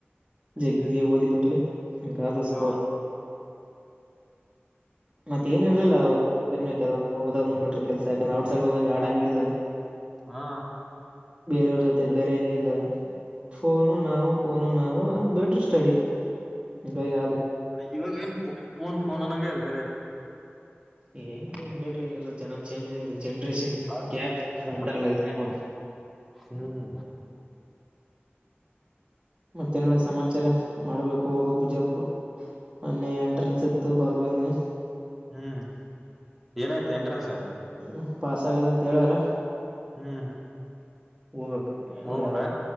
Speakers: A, in the centre; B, on the right.
A: ಹ್ಮ್
B: ಜಗ್ಗೆ ಓದಿ ಬಿಟ್ಟಿವ ಹಿಂಗಾದ ಸ್ಕೋರ್
A: ಹೌದು
B: ಮತ್ತತ್ ಏ ಇರಲಿಲ್ಲ ಅವವುಟೈ ಹದಂದ್ ಬಿಟ್ಟ <unintelligible> ಕೆಲಸ ಆಯ್ತ ಏನ್ ಔಟ್ಸೈಡ್ ಹೋಗ ಆಡಂಗಿಲ್ಲ
A: ಹಾ
B: ಬೇರೆಯವ್ರ ಜೊತೆ ಬೇರೆಂಗಿಲ್ಲ ಫೋನು ನಾವು ಫೋನು ನಾವು ಬಿಟ್ಟರ ಸ್ಟಡಿ ಬೇಗ್
A: ಇವಾಗ ಏನ್ ಫೋನ್ ಫೋನ್ ಫೋನ್ ಅನ್ನಂಗಗೆ ಅದ ಬರ
B: ಏನ್ ಬಿಡ್ರಿ ಎಲ್ಲ ಜನ ಚೆ ಚೇಂಜ್ ಆಗಿದೆ ಜನ್ರೇಷನ್
A: ಬಾಳ
B: ಗ್ಯಾಪ್
A: ಚೇಂಜ್ ಏನ್
B: ಅಂತಲ್ಲ
A: ಮಾಡ
B: ಇದ ನೋಡ್ರಿ
A: ಹ್ಮ್
B: ಮತ್ತೆ ನಡದಾದ್ ಸಮಾಚಾರ ಮಾಡ್ಬೇಕು ಹೋಗ್ಕ್ ಬಿಜಾಪುರ ಮನ್ನೆ ಎಂಟ್ರೆನ್ಸ್ ಎತ್ತು ಬರ್ದು ಬಯಂದೀನಿ
A: ಹ್ಮ್ ಏನಾಯ್ತು ಎಂಟ್ರೆನ್ಸ್
B: ಹ್ಮ್ ಪಾಸ್ ಆಗದ ಅಂತ ಹೇಳಾರ
A: ಹ್ಮ್
B: ಹೋಗ್ಬೇಕು
A: ಹೋಗ್ಬೇಕಾ
B: ಯ